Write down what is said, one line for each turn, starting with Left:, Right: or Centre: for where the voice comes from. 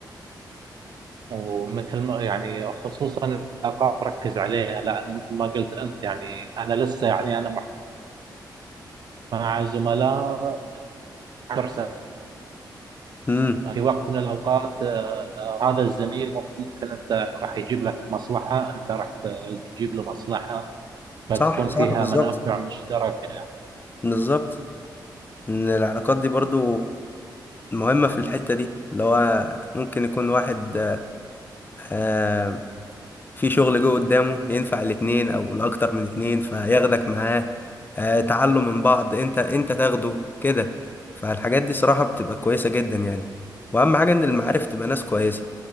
Right: ومثل ما يعني خصوصا العلاقات ركز عليها لان مثل ما قلت انت يعني انا لسه يعني انا مع مع زملاء 10 سنين
Left: امم
Right: في وقت من الاوقات آه، هذا الزميل ممكن انت راح يجيب لك مصلحه انت راح تجيب له مصلحه فتكون
Left: صح صح
Right: فيها
Left: بالظبط
Right: منافع مشتركه يعني.
Left: بالظبط ان العلاقات دي برضو مهمة في الحتة دي اللي هو ممكن يكون واحد آه، في شغل جوه قدامه ينفع الاتنين او لاكتر من اتنين فياخدك معاه آه، تعلم من بعض انت انت تاخده كده فالحاجات دي صراحة بتبقى كويسة جدا يعني واهم حاجة ان المعارف تبقى ناس كويسة